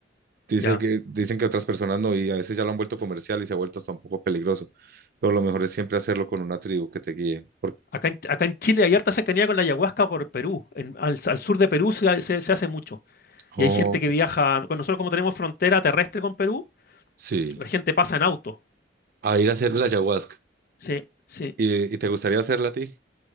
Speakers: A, on the right; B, on the left.
A: Dice
B: ya.
A: que, dicen que otras personas no, y a veces ya lo han vuelto comercial y se ha vuelto hasta un poco peligroso. Pero lo mejor es siempre hacerlo con una tribu que te guíe. Por-
B: Acá en, acá en Chile hay harta cercanía con la ayahuasca por Perú. En- al, al sur de Perú se, ha- se se hace mucho.
A: Oh,
B: Y hay gente que viaja, con nosotros como tenemos frontera terrestre con Perú,
A: sí.
B: La gente pasa en auto.
A: A ir a hacer la ayahuasca.
B: Sí, sí.
A: ¿Y, y te gustaría hacerla a ti?